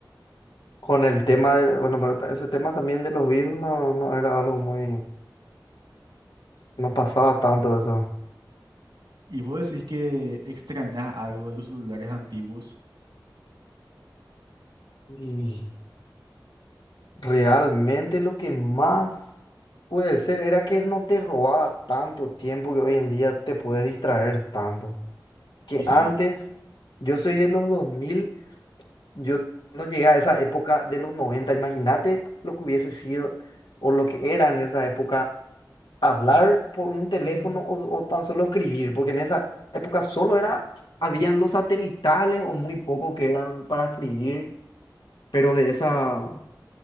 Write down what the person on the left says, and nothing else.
Con el tema de, bueno, pero ta- ese tema también de los virus no, no era algo muy, no pasaba tanto eso.
Y realmente lo que más puede ser era que no te robaba tanto tiempo que hoy en día te puedes distraer tanto. Que
antes, yo soy de los dos mil Yo no llegué a esa época de los noventa imagínate lo que hubiese sido o lo que era en esa época hablar por un teléfono o, o tan solo escribir, porque en esa época solo era, habían los satelitales o muy poco que eran para escribir, pero de esa,